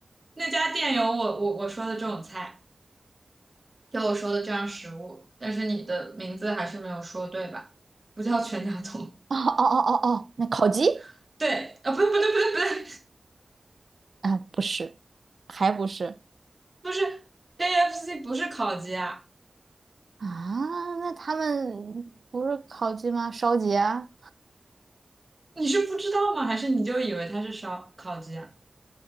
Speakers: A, on the right; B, on the right.
A: 那家店有我我我说的这种菜。给我说的这样食物，但是你的名字还是没有说对吧？不叫全家桶，
B: 哦哦哦哦哦，那烤鸡
A: <laughs> 对啊，不对不对不对不对，
B: 啊，不是，还不是。
A: 不是 KFC 不是烤鸡啊，
B: 啊，那他们不是烤鸡吗？烧鸡啊？
A: 你是不知道吗？还是你就以为它是烧烤鸡啊？